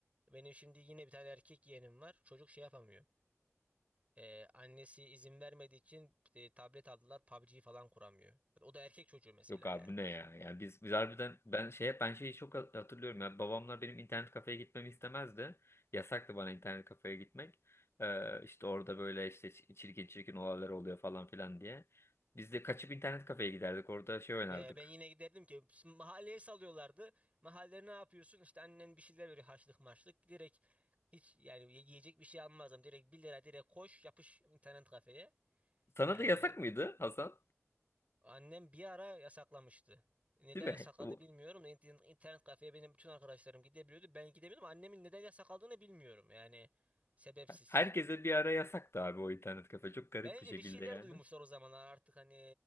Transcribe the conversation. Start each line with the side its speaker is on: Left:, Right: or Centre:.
Right: Benim şimdi yine bir tane erkek yeğenim var. Çocuk şey yapamıyor. Ee, annesi izin vermediği için e, tablet aldılar. PUBG falan kuramıyor. O da erkek çocuğu mesela
Left: Yok abi
Right: yani.
Left: bu ne ya? Yani biz biz harbiden ben şeye ben şeyi çok hat- hatırlıyorum ya. Babamlar benim internet kafeye gitmemi istemezdi. Yasaktı bana internet kafeye gitmek. Ee, işte orada böyle işte ç- çirkin çirkin olaylar oluyor falan filan diye. Biz de kaçıp internet kafeye giderdik. Orada şey oynardık.
Right: Ee, ben yine giderdim ki şimdi mahalleye salıyorlardı. Mahallede ne yapıyorsun? İşte annen bir şeyler veriyor haşlık maşlık. Direkt hiç yani ye- yiyecek bir şey almazdım. Direkt 1 lira direkt koş yapış internet kafeye.
Left: Sana
Right: Yani
Left: da yasak mıydı Hasan?
Right: annem bir ara yasaklamıştı. Neden
Left: Değil mi?
Right: yasakladı
Left: Bu-
Right: bilmiyorum. İnternet, internet kafeye benim bütün arkadaşlarım gidebiliyordu. Ben gidemiyordum. Annemin neden yasakladığını bilmiyorum. Yani sebepsiz.
Left: herkese bir ara yasaktı abi o internet kafe. Çok garip
Right: Bence
Left: bir şekilde
Right: bir şeyler
Left: yani.
Right: duymuşlar o zamanlar artık hani